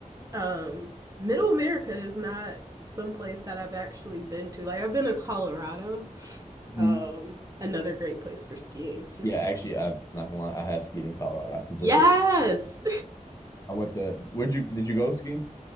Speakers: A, on the right; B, on the left.
A: um, Middle America is not someplace that I've actually been to. Like I've been to Colorado,
B: hmm
A: um, another great place for skiing too.
B: Yeah, actually I'm not gonna lie, I have skied in Colorado. I completely
A: Yes.
B: I went to where'd you did you go skiing?